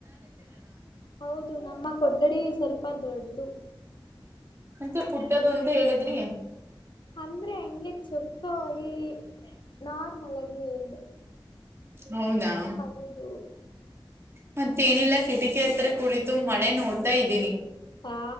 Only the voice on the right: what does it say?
ಮಂೆ ಪುಟ್ಟದ ಒಂದ ಹೇಳಿದ್ರೆ ಯ
ಹೌದಾ
ಮತ್ತೇಏನಿಲ್ಲ ಕಿಟಕಿ ಹತ್ರ ಕುಳಿತು ಮಳೆ ನೋಡ್ತಾ ಇದ್ದೀನಿ